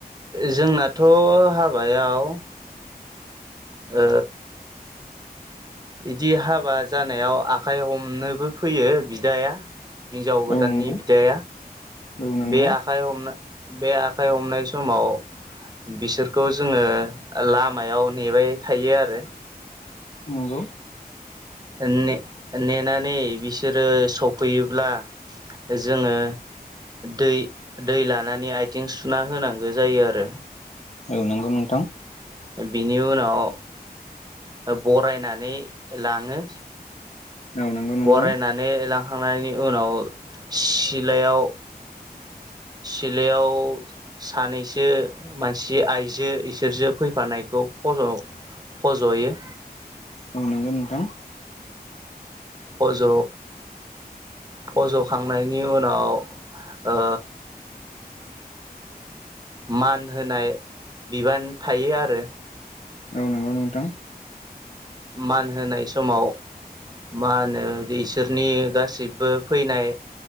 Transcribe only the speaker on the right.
जोंनाथ' हाबायाव ओ इदि हाबा जानायाव आखाइ हमनोबो फैयो बिदाया हिनजाव गोदाननि
बिदाया
बे आखाइ हमना बे आखाइ हमनाय समाव बिसोरखौ जोङो लामायाव नेबाय थायो आरो
ने नेनानै बिसोरो सफैयोब्ला जोङो दै दै लानानै आयथिं सुना होनांगो जायो आरो
बिनि उनाव बरायनानै लाङो
बरायनानै लांखांनायनि उनाव सिलायाव सिलायाव सानैसो मानसि आइजो इसोरजो फैफानायखौ फज' फज'हैयो
फज' फज'खांनायनि उनाव ओ मान होनाय बिबान थायो आरो।
मान होनाय समाव मा होनो इसोरनि गासिबो फैनाय